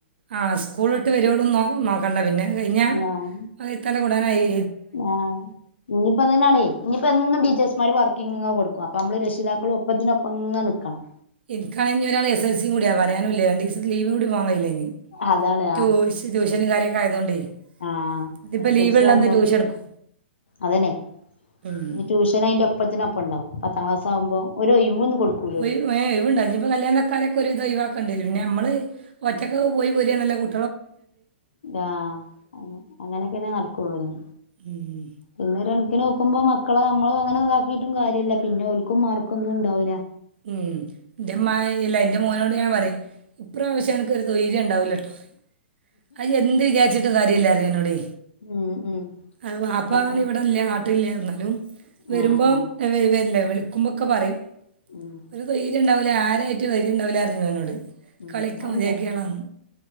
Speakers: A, on the right; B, on the left.
A: ആ സ്കൂളിട്ട് വരൂ നോ നോക്കണ്ട പിന്നെ കഴിഞ്ഞ
B: ആഹ്
A: അതി ഇത്തടെ കൂടായി
B: ആഹ് ഇനിയിപ്പോതന്നെയണേ ഇനിയിപ്പ എന്നും ടീച്ചേഴസ്മാര് വർക്കിങ് കൊടുക്കുക നമ്മള് രക്ഷിതാക്കളും ഒപ്പത്തിനൊപ്പങ്ങനെ നീ ക്കണം
A: എന്ക്കണേ ഇനി ഒരാള് എസ് എൽ സി കൂടിയാ പറയാൻ ഞാനുമില്ലേ രണ്ട് ദിവസം ലീവ് കൂടി വാങ്ങായിരുന്നിലെ
B: അതാണ്
A: ട്യൂഷ് ട്യൂഷനും കാരൊക്കെ ആയതുകൊണ്ടേ
B: അഹ്
A: ഇന്നിപ്പോൾ
B: എസ്
A: ലീവുള്ളന്ന്
B: എൽ സി ആവുമ്പോ
A: ട്യൂഷൻ എടുക്കും
B: അതന്നെ
A: ഉം
B: ഇനി ട്യൂഷൻ അയിന്റെ ഒപ്പത്തിനൊപ്പം ഉണ്ടാവും <inaudible> പത്താം ക്ലാസ ആകുമ്പോ ഒരു ഒഴിവ് ഒന്ന് കൊടുക്കും
A: ഒഴിവ് ഇണ്ട്പ്പ കല്യാണക്കാരൊക്കെ ഒരു വിതം ഒഴിവാക്കണ്ട് പിന്നെ നമ്മള് ഒറ്റക്ക് പോയി പോരിനല്ല കു
B: അഹ് അങ്ങനെയക്കെ നടക്കുള്ളുഞ്
A: ഉം
B: പിന്നെ ഒരു കണക്കിന് നോക്കുമ്പോ മക്കളെ നമ്മള് അങ്ങനെ ഇതാക്കിയിട്ടും കാര്യമല്ല പിന്നെ ഓളുക്കും മാർക്കും ഒന്നും ഉണ്ടാവൂല്ല
A: ഉം എന്റെമ്മ ഇല്ല എന്റെ മോനോട് ഞാൻ പറയും ഇപ്രാവശ്യം എനക്കൊരു തോയിര്യം ഉണ്ട് ഇണ്ടാവുല്ലാട്ടോ അത് എന്ത് വിചാരിച്ചിട്ട് ഒരു കാര്യം ഇല്ല അറിയുനോട്
B: ഉം ഉം
A: അത് ബാപ്പാണ്
B: പത്താം
A: ഇവിടെല്ല നാട്ടിലില്ല എന്നാലും വരുമ്പോ
B: ആഹ് ആഹ്
A: വരില്ല വിളിക്കുമ്പൊക്കെ പറയും
B: ഉം
A: ഒരു തൊയിരുണ്ടാവു ലെ ആരായിട്ട് <unintelligible>
B: ഉം
A: കളിക്ക
B: അത്ണ്ടാവും
A: മതിയാക്കിയാളാന്ന്